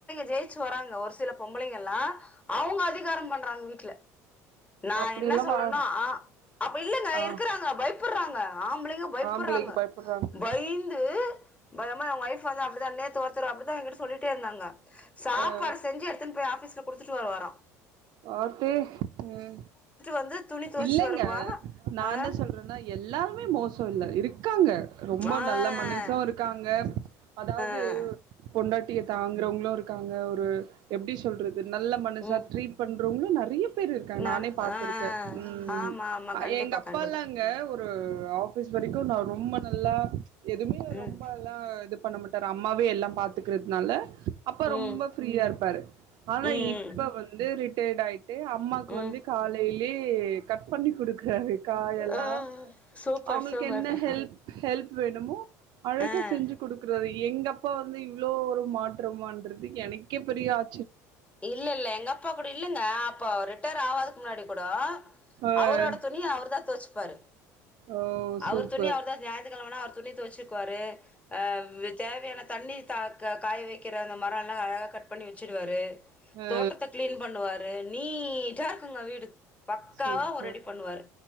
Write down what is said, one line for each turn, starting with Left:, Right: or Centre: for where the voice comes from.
Left: ஜெயிச்சு வராங்க ஒரு சில பொம்பளைங்கல்லா அவுங்க அதிகாரம் பண்றாங்க வீட்ல நா
Right: அப்படியெல்லாம்
Left: என்ன சொல்றன்னா
Right: வா
Left: அப்ப இல்லங்க
Right: ஆ
Left: இருக்குறாங்க பயப்புர்றாங் ஆம்பளைங்க பயப்புர்றாங்க
Right: ஆம்பளைக்கு பயப்படுறாங்க
Left: பய்ந்து பயமா ஏன் ஒய்ஃப் வந்து அப்பிடிதா நேத்து ஒருத்தர் அப்பிடிதா எங்கிட்ட சொல்லிட்டே இருந்தாங்க. சாப்பாடு
Right: அ
Left: செஞ்சு எடுத்துன்னு போய் ஆஃபீஸ் ல குடுத்துட்டு வேற வரோ.
Right: ஆத்தீ ம்
Left: வந்து துணி துவச்சிட்டு
Right: இல்லைங்க
Left: வருவாங்க
Right: நா
Left: ஆ
Right: என்ன சொல்றேன்னா எல்லாருமே மோசோ இல்ல இரு க்காங்க ரொம்ப
Left: ஆ
Right: நல்ல மனசு இருக்காங்க அதாவது
Left: ஆ
Right: பொண்டாட்டிய தாங்குறவங்களு இரு க்காங்க ஒ ரு எப்டி சொல்றது நல்ல மனசா
Left: ம்
Right: ட்ரீ ட் பண்றவங்களு நெறைய பேரு இருக்காங்க
Left: நான்
Right: நானே பாத்துருக்கே.
Left: ஆ
Right: ம்
Left: ஆமா ஆமா
Right: அ
Left: கண்டிப்பா
Right: எங்க அப்பால்லாங்க
Left: கண்டிப்பா
Right: ஒரு அவரு ஆஃபீஸ் வரைக்கு நா ரொம்ப நல்லா எதுமே
Left: ம்
Right: ரொம்ப எல்லா இது பண்ண மாட்டாரு அம்மாவே எல்லா பாத்துக்கிறதுனால அப்ப
Left: ம்
Right: ரொம்ப ஃப்ரீயா இருப்பாரு. ஆனா
Left: ம்
Right: இப்ப
Left: ம்
Right: வந்து ரி ட்டையர்டாயி ட்டு அம்மாக்கு வந்து
Left: ம்
Right: காலையி லயே கட் பண்ணி குடுக்குறாரு காயெல்லா
Left: ஆ சூப்பர்
Right: அவுங்களுக்கு
Left: சூப்பர்ங்க
Right: என்ன ஹெல்ப் ஹெல்ப் வேணுமோ அழகா
Left: ஆ
Right: செஞ்சு குடுக்கறாரு எங்க அப்பா வந்து இவ்ளோ ஒரு மாற்றமான்றது எனக்கே பெரிய ஆ
Left: இல்ல இல்ல எங்க அப்பா கூட இல்லங்க அப்ப ரி ட்டையர் ஆவாதக்கு முன்னாடி கூடோ
Right: ஆ
Left: அவரோட துணிய அவர்தா தொவச் ப்பாரு
Right: ஓ
Left: அவர்
Right: சூப்பர்
Left: துணிய அவர்தா ஞாயத்துக் கெழமனா அவர் துணி தொவச்சுக்குவாரு ஆ இது தேவையான தண்ணி தா இங்க காய வைக்கிற அந்த மரோல்லா அழகாக கட் பண்ணி வச்சுருவாரு
Right: ஆ
Left: தோட்டத்த கிளீன் பண்ணுவாரு நீட்டா இருக்குங்க வீடு பக்காவா
Right: சூப்பர்
Left: ஒரு ரெடி பண்ணுவாரு